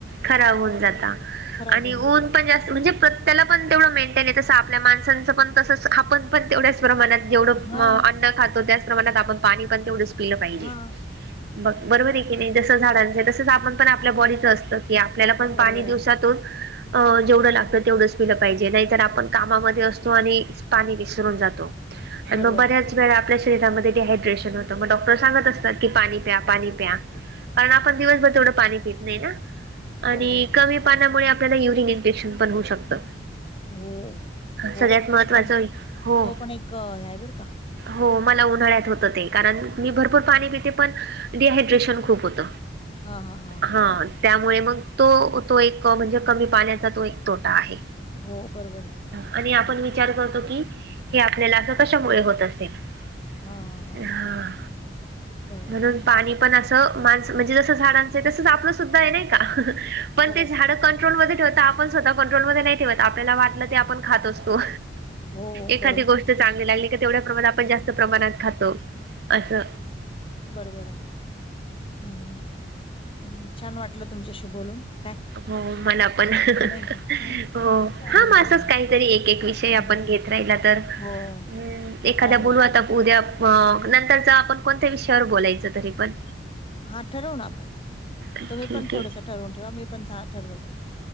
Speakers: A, on the right; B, on the left.
A: खराब होऊन जाता
B: खराब
A: आणि
B: होऊन
A: ऊन
B: जातात
A: पण त म्हणजे प्रत्यला पण तेवढं मेंटेने, तसं आपल्या माणसांचं पण तस आपण पण तेवढ्या प्रमाणात जेवढं
B: हा
A: अन्न खातो, त्याच प्रमाणात आपण पाणी पण तेवढंच पिलं पाहिजे.
B: हा
A: बघ. बरोबर आहे की नाही. जस झाडांच तसंच आपण पण आपल्या बॉडीचं असतं की आपल्याला पण
B: बरोबर
A: पाणी दिवसातून
B: आहे ना
A: अ जेवढं लागतं, तेवढंच पिलं पाहिजे, नाहीतर आपण कामामध्ये असतो आणि पाणी विसरून जातो आणि
B: बरोबर
A: मग बऱ्याच
B: आहे
A: वेळा आपल्या शरीरामध्ये डिहायड्रेशन होतं मग डॉक्टर सांगत असतात की पाणी प्या पाणी प्या कारण आपण दिवसभर तेवढं पाणी पित नाही ना आणि
B: बरोबर आहे
A: कमी पाण्यामुळे आपल्याला युरिन इन्फेक्शन पण होऊ शकतं.
B: हो हो
A: सगळ्यात महत्त्वाचं
B: ते पण
A: हो
B: तो पण एक आहे बर का
A: हो मला उन्हाळ्यात होत ते कारण मी भरपूर पाणी पिते पण डिहायड्रेशन खूप होत
B: हां, हां, हां, हां,
A: हा
B: हां.
A: त्यामुळे मग तो तो एक म्हणजे कमी पाण्याचा तो एक तोटा आहे.
B: हो, बरोबर आहे.
A: आणि आपण
B: बरोबर.
A: विचार करतो कि हे आपल्याला असं कशामुळे होत असेल
B: हां, हां, हां.
A: हा
B: बरोबर
A: म्हणून
B: आहे.
A: पाणी पण अस माणस म्हणजे जस झाडांच तस आपलं सुद्धा आहे नाही का हा पण
B: खरं
A: ते
B: आहे.
A: झाड पण कंट्रोलमध्ये ठेवता आपण स्वतः कंट्रोल मध्ये नाही ठेवत आपल्याला वाटलं ते आपण खात असतो.
B: हो, हो,
A: एखादी
B: बरोबर
A: गोष्ट
B: आहे.
A: चांगली लागली का तेवढ्या प्रमाणात आपण जास्त प्रमाणात खातो असं
B: बरोबर आहे ना हम् हम हम छान वाटलं तुमच्याशी बोलून काय
A: हो मला पण हो
B: नाही का? हां, चालेल,
A: हा मग
B: चालेल.
A: असंच काहीतरी एक एक विषय
B: हं,
A: आपण घेत एकदा तर
B: हो,
A: हम एखाद्या
B: चालेल,
A: बोलू
B: चालेल.
A: आता उद्या प नंतरच आपण कोणत्या विषयावर बोलायचं तरी पण
B: हा ठरवून आपण
A: ठीक
B: तुम्ही पण थोडसं
A: आहे
B: ठरवून ठेवा मी पण चा ठरवेल